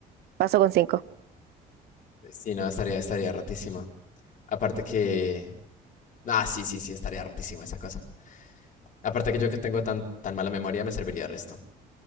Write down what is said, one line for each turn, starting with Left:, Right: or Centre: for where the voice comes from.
Right: paso con cinco.
Left: Si no, estaría, estaría ratísima. Aparte que... Ah, sí, sí, sí, estaría ratísima esa cosa. Aparte que yo que tengo tan, tan mala memoria me serviría el resto.